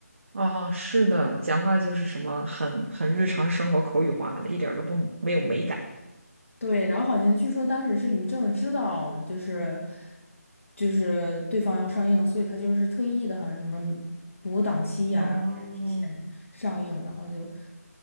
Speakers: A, on the right; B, on the left.
A: 哦，是的，讲话就是什么很很日常生活口语化的，一点儿都不没有美感。
B: 对，然后好像据说当时是于正知道，就是就是对方要上映，所以他就是特意的，好像什么挪档期呀、
A: 哦，
B: 然后就是提前上映，然后就